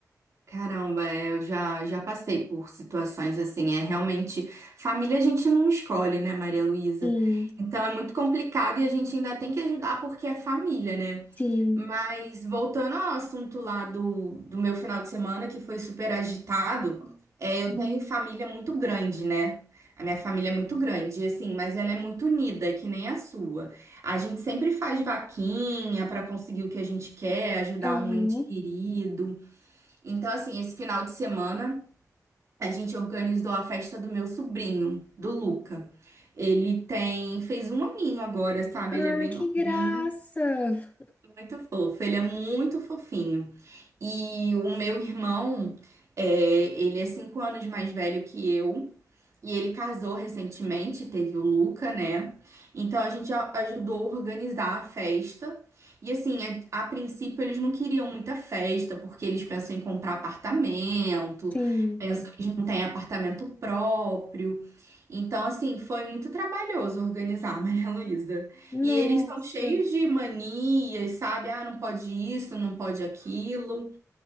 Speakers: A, on the right; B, on the left.
A: Caramba, é, eu já, já passei por situações assim. É realmente. Família a gente não escolhe, né, Maria Luísa?
B: Sim,
A: Então é muito complicado e a gente ainda tem que ajudar porque é família, né?
B: sim.
A: Mas voltando ao assunto lá do, do meu final de semana, que foi super agitado, é, eu tenho família muito grande, né? A minha família é muito grande, e assim, mas ela é muito unida, que nem a sua. A gente sempre faz vaquinha para conseguir o que a gente quer, ajudar
B: Aham.
A: um ente querido. Então, assim, esse final de semana a gente organizou a festa do meu sobrinho, do Luca. Ele tem, fez um aninho agora, sabe?
B: Ah,
A: Ele é bem
B: que
A: novinho,
B: graça!
A: muito fofo. Ele é muito fofinho. E o meu irmão, é, ele é cinco anos mais velho que eu. E ele casou recentemente, teve o Luca, né? Então a gente a- ajudou a organizar a festa. E assim, a, a princípio eles não queriam muita festa, porque eles pensam em comprar apartamento,
B: Sim.
A: pensam que eles não têm apartamento próprio. Então, assim, foi muito trabalhoso organizar, <laughs> Maria Luísa. E
B: Nossa.
A: eles são cheios de manias, sabe? Ah, não pode isso, não pode aquilo.